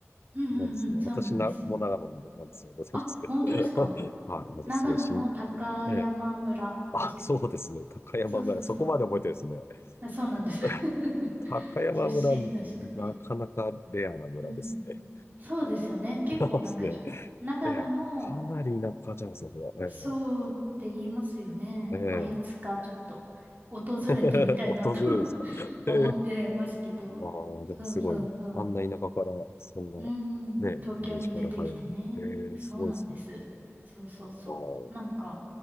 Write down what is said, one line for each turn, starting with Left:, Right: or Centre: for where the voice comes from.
Right: うんうんうん、
Left: なんですね。
Right: そうなんです。
Left: 私な、もう長野なんですよ。<laughs> 出てますけど。
Right: あ、本当ですか
Left: <laughs> はい、私すごい新、
Right: 長野の高山村でしたっけ
Left: ええあ、そうですね。高山村、
Right: そうそうそう。
Left: そこまで覚えてるんですね。
Right: あそうなんです。
Left: <laughs>
Right: <laughs>
Left: 高山村、
Right: 出身らしくて。
Left: なかなかレアな村ですね。
Right: うん。そうですよね。結構なんかい、
Left: <laughs> そうですね。
Right: 長野の、
Left: ええかなり田舎じゃないですか、これ。
Right: そうって言いますよね。
Left: えええ
Right: まあ、いつかちょっと訪れてみたいなと
Left: え <laughs> 訪れるんですか。
Right: <laughs>
Left: <laughs> ええ
Right: 思ってますけど。
Left: ああ、でもすごい、
Right: そうそうそう。
Left: あんな田舎から、そんな、
Right: うん。
Left: ねミュージカル早いの。
Right: 東京に出てきてね。
Left: ええすごいですね。
Right: そうなんです。そうそうそう。
Left: ああ。
Right: なんか、